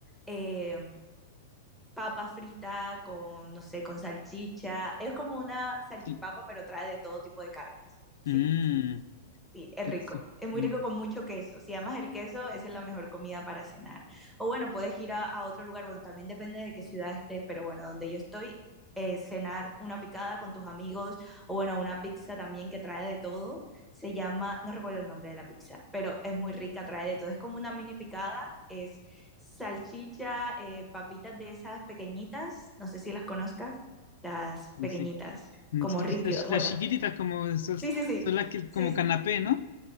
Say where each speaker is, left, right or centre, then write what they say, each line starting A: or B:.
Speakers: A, in the centre; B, on the left (about 75°).
A: eh, papa frita con, no sé, con salchicha. Es como una salchipapa,
B: Sí.
A: pero trae de todo tipo de carnes, ¿sí?
B: Mm,
A: Sí, es rico.
B: sí.
A: Es muy
B: Mm,
A: rico con mucho queso. Si amas el queso, esa es la mejor comida para cenar. O bueno, puedes ir a, a otro lugar. Bueno, también depende de qué ciudad estés, pero bueno, donde yo estoy, eh, cenar una picada con tus amigos o bueno, una pizza también que trae de todo. Se llama, no recuerdo el nombre de la pizza, pero es muy rica, trae de todo. Es como una mini picada, es salchicha, eh, papitas de esas pequeñitas, no sé si las conozcas, las
B: pues
A: pequeñitas,
B: sí. Mm,
A: como
B: son
A: ripio.
B: Las,
A: Bueno,
B: las chiquititas como esos
A: sí, sí, sí.
B: son las que
A: Sí,
B: como canapé, ¿no?